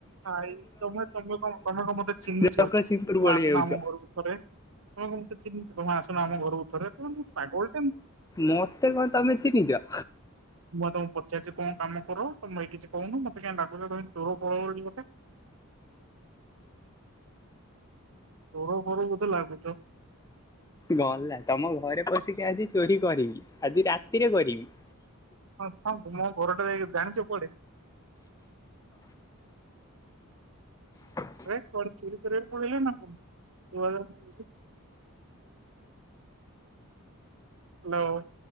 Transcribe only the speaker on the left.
ଜଗତସିଂହପୁର
ଭଳି
ହେଉଛ।
ମୋତେ କଣ ତମେ ଚିହ୍ନିଛ?
ଗଲା ତମ ଘରେ ପସିକି ଆଜି ଚୋରି କରିବି ଆଜି ରାତିରେ କରିବି?
ହ